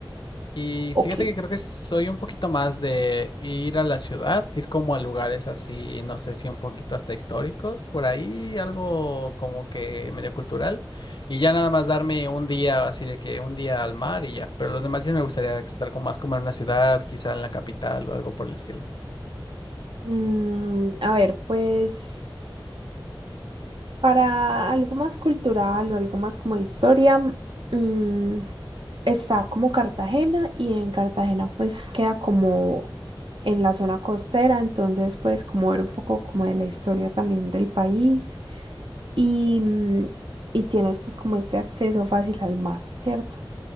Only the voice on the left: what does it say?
Y
fíjate que creo que soy un poquito más de ir a la ciudad, ir como a lugares así, no sé si un poquito hasta históricos, por ahí, algo como que medio cultural, y ya nada más darme un día así de que un día al mar y ya, pero los demás días me gustaría estar como más como en una ciudad, quizá en la capital o algo por el estilo.